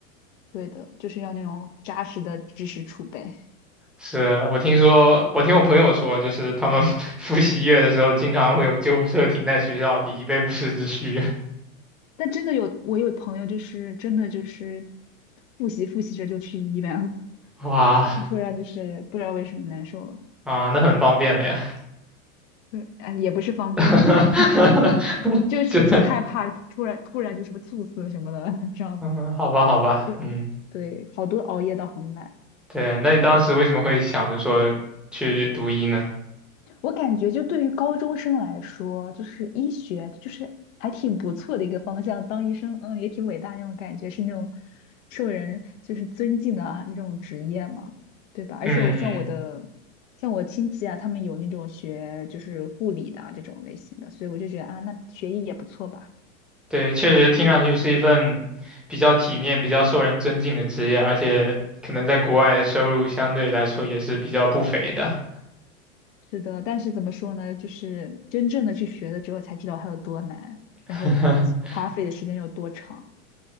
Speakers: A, on the left; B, in the centre.
A: 对的，就是要那种扎实的知识储备。
B: 是我听说，我听我朋友说，就是他们 <laughs> 复习月的时候，经常会有救护车停在学校里，以备不时之需。
A: 但真的有，我有朋友就是真的就是复习复习着就去医院了。
B: 哇，
A: 就突然就是不知道为什么难受了，
B: 啊、那很方便了呀。
A: 对，哎，也不是方便吧，
B: <laughs>
A: <laughs> 嗯就是挺害怕，
B: 就，
A: 突然突然就什么猝死什么的，<laughs> 这样子
B: 嗯，好吧，好吧，
A: 就
B: 嗯，
A: 对，好多熬夜到很晚。
B: 对，那你当时为什么会想着说去读医呢？
A: 我感觉就对于高中生来说，就是医学就是还挺不错的一个方向，当医生，嗯，也挺伟大那种感觉，是那种受人就是尊敬的啊那种职业嘛，对吧？
B: 嗯嗯
A: 而且我像我的像我亲戚啊，他们有那种学就是护理的啊这种类型的，所以我就觉得啊，那学医也不错吧。
B: 对，确实听上去是一份比较体面、比较受人尊敬的职业，而且可能在国外收入相对来说也是比较不菲的。
A: 是的，但是怎么说呢，就是真正的去学了之后才知道它有多难，
B: <laughs>
A: 然后花费的时间有多长。